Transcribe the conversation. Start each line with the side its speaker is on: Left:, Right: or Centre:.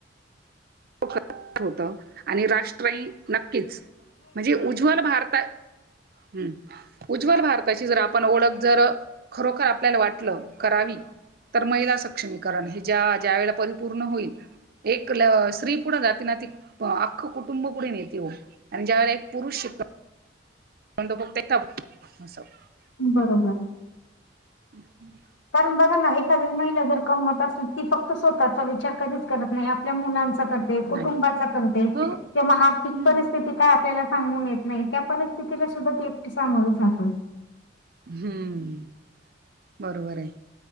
Right: <unintelligible> होत आणि राष्ट्रही नक्कीच म्हणजे उज्ज्वल भारतात हम् उज्ज्वल भारताची जर आपण ओळख जर खरोखर आपल्याला वाटलं करावी. तर महिला सक्षमीकरण हे ज्या ज्या वेळेला परिपूर्ण होईल एक स्त्री पुढे जाते ना ती अखं कुटुंब पुढे नेते हो आणि ज्या वेळेला एक पुरुष शिकतो <inaudible>
Left: बरोबर
Right: <unintelligible>
Left: कारण बघा ना एखाद महिला जर कमवत असतील ती फक्त स्वतःचा विचार कधीच करत नाही आपल्या मुलांचा सध्या कुटुंबाचा
Right: नाही
Left: करते
Right: हो
Left: <unintelligible>
Right: हं.
Left: परिस्थिती काय आपल्याला सांगून येत नाही त्या परिस्थितीला सुद्धा ती एकटी सामोरी जाते.
Right: हम्म! बरोबर आहे.